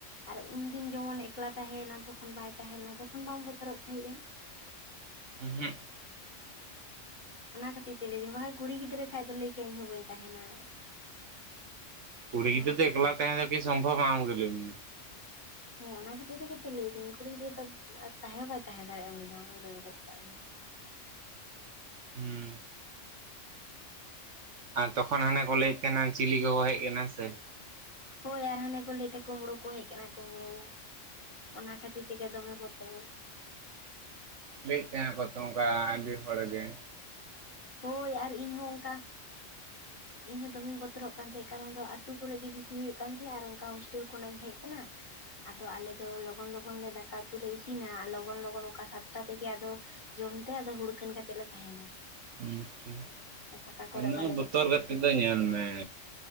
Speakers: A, on the left (about 40°); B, on the right (about 70°).
A: ᱟᱨ ᱩᱱᱫᱤᱱ ᱡᱮᱢᱚᱱ ᱮᱠᱞᱟ ᱛᱟᱦᱮᱸᱭᱮᱱᱟ ᱛᱚᱠᱷᱚᱱ ᱵᱟᱭ ᱛᱟᱦᱮᱸ ᱞᱮᱱᱟ ᱛᱚᱠᱷᱚᱱ ᱵᱟᱝ ᱵᱚᱛᱚᱨᱚᱜ ᱛᱟᱦᱮᱸᱜᱼᱟ?
B: ᱩᱸ ᱦᱩᱸᱜ᱾
A: ᱚᱱᱟ ᱠᱷᱟᱹᱛᱤᱨ ᱛᱮ ᱞᱟᱹᱭ ᱫᱟᱹᱧ ᱵᱟᱠᱷᱟᱱ ᱠᱩᱲᱤ ᱜᱤᱫᱽᱨᱟᱹ ᱠᱷᱟᱭ ᱫᱚ ᱞᱟᱹᱭ ᱠᱮᱭᱟᱭ ᱤᱧᱚᱸ ᱵᱟᱹᱧ ᱛᱟᱦᱮᱱᱟ᱾
B: ᱠᱩᱲᱤ
A: ᱚᱱᱟ
B: ᱜᱤᱫᱽᱨᱟ
A: ᱠᱷᱟᱹᱛᱤᱨ
B: ᱫᱚ ᱮᱠᱞᱟ
A: ᱛᱮ ᱞᱟᱹᱭᱫᱟ
B: ᱛᱟᱸᱦᱮ ᱫᱚᱠᱤ ᱥᱚᱢᱵᱷᱚᱵ ᱟᱢ ᱜᱮ ᱞᱟᱭ ᱢᱮ ᱢᱟ᱾
A: ᱦᱮᱸ ᱚᱱᱟ ᱠᱷᱟᱹᱛᱤᱨ ᱛᱮᱜᱚ ᱞᱟᱹᱭᱫᱟᱹᱧ ᱠᱩᱲᱤ ᱜᱤᱫᱽᱨᱟᱹ ᱫᱚ ᱛᱟᱦᱮᱸ ᱦᱚᱸ ᱵᱟᱭ ᱛᱟᱦᱮᱸ ᱫᱟᱲᱮᱭᱟᱜᱼᱟ ᱩᱱᱤ ᱫᱚ ᱫᱟᱹᱲᱲ ᱜᱚᱜ ᱠᱟᱜᱼᱟ ᱩᱱᱤ ᱦᱚᱸ᱾
B: ᱦᱩᱸ᱾ ᱟᱨ ᱛᱚᱠᱷᱚᱱ ᱦᱟᱱᱮ ᱠᱚ ᱞᱟᱹᱭᱮᱫ ᱛᱟᱦᱮᱱᱟ ᱪᱤᱞᱤ ᱠᱚᱠᱚ ᱦᱮᱡ ᱟᱠᱟᱱᱟ ᱥᱮ᱾
A: ᱦᱳᱭ ᱟᱨ ᱦᱟᱱᱮ ᱠᱚ ᱞᱟᱹᱭ ᱛᱮ ᱠᱩᱳᱢᱵᱽᱲᱳ ᱠᱚ ᱦᱮᱡ ᱟᱠᱟᱱᱟ ᱠᱩᱢᱵᱲᱳ᱾ ᱚᱱᱟ ᱠᱷᱟᱹᱛᱤᱨ ᱛᱮ ᱜᱮ ᱫᱚᱢᱮ ᱵᱚᱛᱚᱨ᱾
B: ᱞᱟᱹᱭᱮᱫ ᱛᱟᱦᱮᱸᱱᱟ ᱠᱚ ᱛᱚ ᱚᱱᱠᱟ ᱟᱹᱰᱤ ᱦᱚᱲ ᱜᱮ ᱾
A: ᱦᱳᱭ ᱟᱨ ᱤᱧ ᱦᱚᱸ ᱚᱱᱠᱟ ᱤᱧ ᱦᱚᱸ ᱫᱚᱢᱮᱧ ᱵᱚᱛᱚᱨᱚᱜ ᱠᱟᱱ ᱛᱟᱦᱮᱸᱫ ᱠᱟᱨᱚᱱ ᱫᱚ ᱟᱛᱳ ᱠᱚᱨᱮ ᱜᱮ ᱵᱮᱥᱤ ᱦᱩᱭᱩᱜ ᱠᱟᱱ ᱛᱟᱦᱮᱸᱫ ᱟᱨ ᱚᱱᱠᱟ ᱦᱳᱥᱴᱮᱞ ᱠᱷᱚᱱᱟᱜ ᱤᱧ ᱦᱮᱡ ᱠᱟᱱᱟ᱾ ᱟᱫᱚ ᱟᱞᱮ ᱫᱚ ᱞᱚᱜᱚᱱ ᱞᱚᱜᱚᱱ ᱞᱮ ᱫᱟᱠᱟ ᱩᱛᱩ ᱞᱮ ᱤᱥᱤᱱᱟ ᱞᱚᱜᱚᱱ ᱞᱚᱜᱚᱱ ᱚᱱᱠᱟ ᱥᱟᱛᱴᱟ ᱛᱮᱜᱮ ᱟᱫᱚ ᱡᱚᱢ ᱛᱮ ᱟᱫᱚ ᱦᱩᱲᱠᱟᱱ ᱠᱟᱛᱮᱜ ᱞᱮ ᱛᱟᱦᱮᱱᱟ᱾
B: <unintelligible>
A: ᱯᱷᱟᱸᱠᱟ ᱠᱚᱨᱮ
B: ᱩᱱᱟᱜ
A: ᱵᱟᱞᱮ
B: ᱵᱚᱛᱚᱨ
A: ᱜᱤᱛᱤᱡ ᱠᱟᱱ
B: ᱠᱟᱛᱮ
A: ᱛᱟᱦᱮᱸᱜᱼᱟ
B: ᱫᱚ ᱧᱮᱞ ᱢᱮ